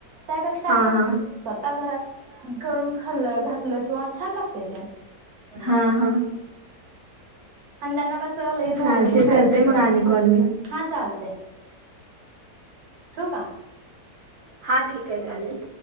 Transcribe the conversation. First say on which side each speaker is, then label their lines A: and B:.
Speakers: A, on the right; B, on the right.
A: त्यापेक्षा
B: हा
A: आपण
B: हा.
A: स्वतः घरात करून खाल्ल घातलं किंवा छान लागते ते
B: हा हा
A: आणि त्यांना कसं झालंय नॉन
B: चालते
A: व्हेज खायचे
B: करते
A: सवय
B: मग आणि कॉल मी
A: हा चालतेय ठ का
B: हा ठीक आहे चालेल